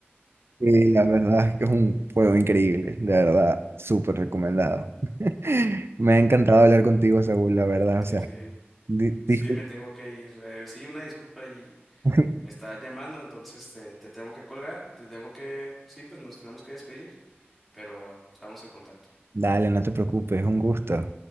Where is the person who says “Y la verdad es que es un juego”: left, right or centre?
Right